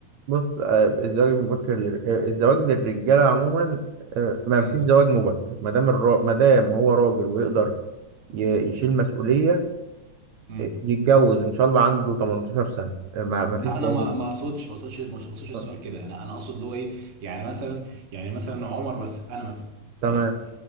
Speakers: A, on the right; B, on the right.
A: بص آه، الزواج المبكر لل- آه، الزواج للرجالة عموما آه، ما
B: امم
A: فيش زواج مبكر ما دام الرا... ما دام هو راجل ويقدر ي- يشيل مسؤولية
B: امم
A: آه، يتجوز إن شاء الله عنده 18 سنة آه، ما ما فيش
B: لا
A: زواج
B: انا ما
A: مبكر
B: ما اقصدش ما اقصدش ما اقصدش السؤال
A: آه،
B: كده انا انا اقصد اللي هو ايه يعني مثلا يعني مثلا عمر بس انا مثلا خلاص
A: تمام